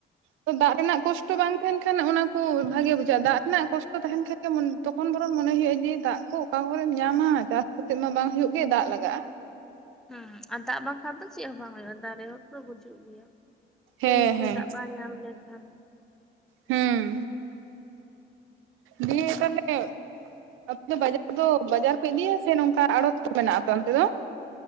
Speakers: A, on the right (about 85°); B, in the centre.
A: ᱛᱚ ᱫᱟᱜ ᱨᱮᱱᱟᱜ ᱠᱚᱥᱴᱚ ᱵᱟᱝ ᱛᱟᱦᱮᱱ ᱠᱷᱟᱱ ᱚᱱᱟ ᱠᱚ ᱵᱷᱟᱜᱮ ᱵᱩᱡᱷᱟᱹᱜᱼᱟ ᱫᱟᱜ ᱨᱮᱱᱟᱜ ᱠᱚᱥᱴᱚ ᱛᱟᱦᱮᱱ ᱠᱷᱟᱱ᱾ ᱛᱚᱠᱷᱚᱱ ᱵᱚᱨᱚᱱ ᱢᱚᱱᱮ ᱦᱳᱭᱳᱜ ᱡᱮ ᱫᱟᱜ ᱠᱚ ᱚᱠᱟ ᱠᱚᱨᱮᱢ ᱧᱟᱢᱟ ᱪᱟᱥ ᱠᱟᱛᱮᱜ ᱢᱟ ᱵᱟᱝ ᱦᱳᱭᱳᱜ ᱜᱮ ᱫᱟᱜ ᱞᱟᱜᱟᱜᱼᱟ᱾
B: ᱦᱮᱸ ᱟᱨ ᱫᱟᱜ ᱵᱟᱝᱠᱷᱟᱱ ᱫᱚ ᱪᱮᱫ ᱦᱚᱸ ᱵᱟᱝ ᱦᱩᱭᱩᱜᱼᱟ ᱫᱟᱨᱮ ᱦᱚᱸ ᱛᱚ ᱜᱩᱡᱩᱜ ᱜᱮᱭᱟ
A: ᱦᱮᱸ
B: ᱛᱚ <inaudible> ᱤᱧ
A: ᱦᱮᱸ
B: ᱨᱮ ᱫᱟᱜ ᱵᱟᱝ ᱧᱟᱢ ᱞᱮᱱᱠᱷᱟᱱ
A: ᱦᱩᱸ ᱫᱤᱭᱮ ᱛᱟᱦᱚᱞᱮ ᱟᱯᱮ ᱫᱚ ᱵᱟᱡᱟᱨ ᱫᱚ ᱵᱟᱡᱟᱨ ᱯᱮ ᱤᱫᱤᱭᱟ ᱥᱮ ᱱᱚᱝᱠᱟ ᱟᱲᱚᱛ ᱠᱚ ᱢᱮᱱᱟᱜ ᱟᱯᱮ ᱚᱱᱛᱮ ᱫᱚ